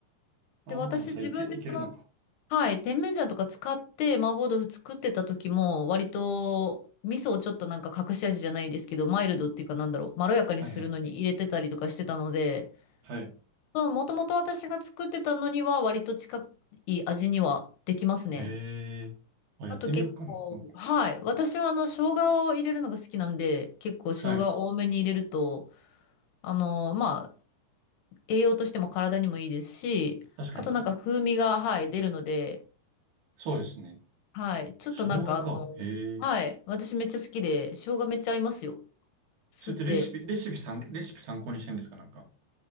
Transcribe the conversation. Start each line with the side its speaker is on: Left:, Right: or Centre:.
Right: ああ、
Left: で、私自分でその、
Right: じゃあいけ、いけるのか。
Left: はい、甜麺醤とか使って麻婆豆腐作ってた時も割と味噌をちょっとなんか隠し味じゃないですけど、マイルドっていうかなんだろう、まろやかにするのに入れてたりとかしてたので、
Right: はいはい。はい。
Left: そのもともと私が作ってたのには割と近い味にはできますね。
Right: ええあ、やってみようかな。
Left: あと結構、
Right: なんか
Left: はい。私はあの、生姜を入れるのが好きなんで、結構生姜多めに入れると、
Right: はい。
Left: あの、まあ、栄養としても体にもいいですし、
Right: 確かに。
Left: あとなんか風味が、はい、出るので、
Right: そうですね。
Left: はい。ちょっとなんかあの、
Right: 生姜か。ええ
Left: はい。私めっちゃ好きで、生姜めっちゃ合いますよ。吸って。
Right: それってレシピ、レシピ参、レシピ参考にしてるんですかなんか。